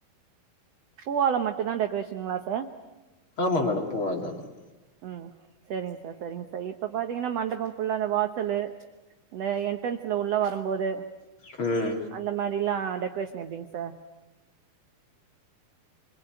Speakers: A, on the right; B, on the left.
A: பூவால மட்டுதா டெக்கரேஷன்கங்களா சார்
B: ஆமா மேடம் பூவா தா மேடம்
A: ம் செரிங்க சார் செரிங்க சார் இப்ப பாத்தீங்கன்னா மண்டப ஃபுல்லா அந்த வாசலு இந்த என்ட்ரன்ஸ்ல உள்ள வரும்போது
B: ம்
A: அந்த மாரி எல்லா டெக்ரேஷன் எப்டிங்க சார்